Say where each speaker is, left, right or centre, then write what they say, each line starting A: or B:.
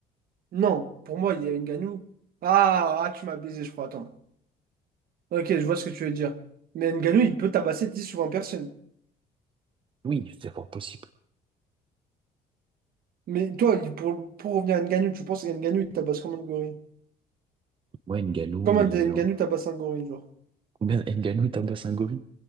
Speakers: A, on the right (about 60°); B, on the right (about 30°).
A: Non, pour moi, il y a Ngannou. Ah, ah, tu m'as baisé, je crois, attends. Ok, je vois ce que tu veux dire. Mais Ngannou, il peut tabasser 10 ou 20 personnes.
B: Oui, c'est fort possible.
A: Mais toi, il- pour, pour revenir à Ngannou, tu penses que Ngannou, il tabasse comme un gorille?
B: Moi, Ngannou,
A: Comme un
B: il...
A: des Ngannou
B: en-
A: tabasse un gorille, genre.
B: combien Ngannou tabasse un gorille?